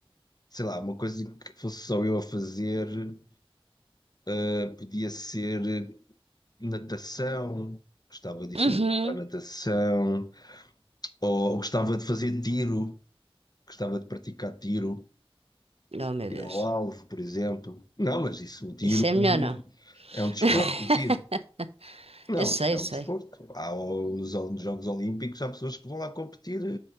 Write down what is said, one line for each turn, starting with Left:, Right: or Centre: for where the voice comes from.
Left: sei lá, uma coisa que fosse só eu a fazer, eh, podia ser natação, gostava de fazer
Right: Uhum.
Left: para natação, ou gostava de fazer tiro, gostava de praticar tiro,
Right: Oh, meu
Left: tiro
Right: Deus.
Left: ao alvo, por exemplo. Não, mas isso, o tiro
Right: Isso é
Left: é
Right: melhor
Left: um
Right: não.
Left: é um desporto,
Right: <laughs>
Left: o tiro. Não,
Right: Eu sei,
Left: tirar
Right: eu sei.
Left: o desporto. Há os os Jogos Olímpicos, há pessoas que vão lá competir